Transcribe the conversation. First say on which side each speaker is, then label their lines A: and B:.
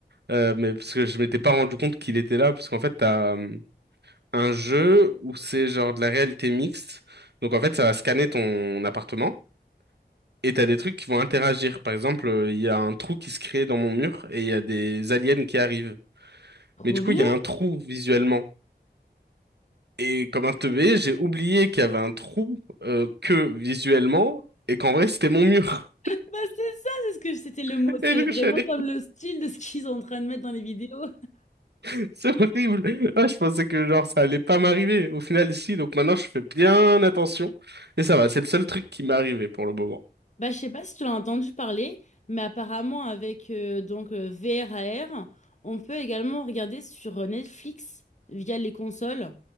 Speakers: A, on the right; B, on the left.
A: Euh, mais parce que je m'étais pas rendu compte qu'il était là, parce qu'en fait, t'as euh, un jeu où c'est genre de la réalité mixte. Donc, en fait, ça va scanner ton appartement. Et t'as des trucs qui vont interagir. Par exemple, euh, il y a un trou qui se crée dans mon mur et il y a des aliens qui arrivent.
B: Trop
A: Mais du coup,
B: bien.
A: il y a un trou visuellement. Et comme un teubé, j'ai oublié qu'il y avait un trou euh, que visuellement et qu'en vrai, c'était mon mur.
B: Bah c'est ça, c'est ce que c'était le
A: <laughs>
B: mot.
A: Et
B: C'est
A: du
B: vraiment
A: coup, je suis allé...
B: comme le style de ce qu'ils sont en train de mettre dans les vidéos.
A: <laughs> C'est horrible. Ah, je pensais que genre ça allait pas m'arriver. Au final, si. Donc maintenant, je fais bien attention. Et ça va, c'est le seul truc qui m'est arrivé pour le moment.
B: Bah je sais pas si tu l'as entendu parler, mais apparemment avec euh, donc euh, VRAR, on peut également regarder sur euh, Netflix via les consoles